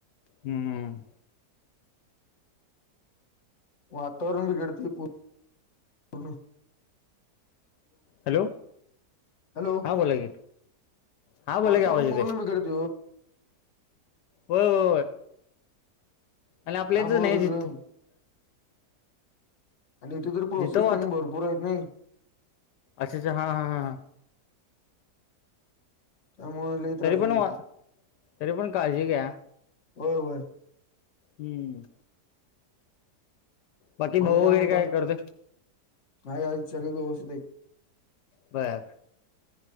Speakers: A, on the left (about 80°); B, on the left (about 45°).
A: हम्म
B: वातावरण बिघडते पूर्ण
A: हॅलो
B: हॅलो
A: हा बोला की हा बोला
B: वातावरण
A: की आवाज येतोय
B: पूर्ण बिघडत
A: हो हो आणि आपल्याच
B: त्यामुळ
A: नाही
B: कसं आणि इथे तर प्रोसेस
A: जिथं
B: भरपूर आहेत नाही
A: अच्छाच्छा हां हां
B: त्यामुळे लय त्रास
A: तरी पण
B: होतोय
A: तरी पण काळजी घ्या
B: होय होय
A: हम्म बाकी
B: मग
A: भाऊ
B: आणि
A: वगैरे
B: म्हणता?
A: काय करतोय
B: हाय हाईत सगळे व्यवस्थित आहेत.
A: बर